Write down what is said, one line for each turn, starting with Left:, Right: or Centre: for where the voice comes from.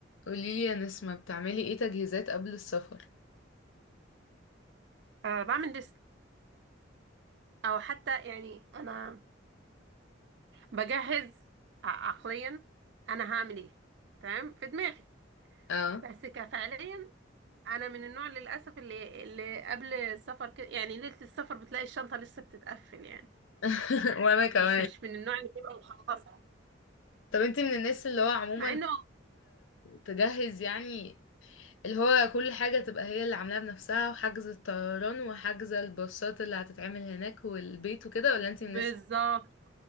Left: قوليلي يا نسمة بتعملي ايه تجهيزات قبل السفر
Right: أه بعمل ليست او حتى يعني انا بجهز ع- عقليا انا هعمل ايه تمام في دماغي
Left: اه
Right: بس كفعليا انا من النوع للاسف اللي اللي قبل السفر كده يعني ليله السفر بتلاقي الشنطه لسه بتتقفل يعني
Left: <laughs> وانا كمان
Right: مش مش من النوع اللي بيبقى مخلصه
Left: طب انتي من الناس اللي هو عموما
Right: مع انه
Left: تجهز يعني اللي هو كل حاجة تبقى هي اللي عاملاها بنفسها وحجز الطيران وحجز الباصات اللي هتتعمل هناك والبيت وكده ولا انتي
Right: بالظبط
Left: من الناس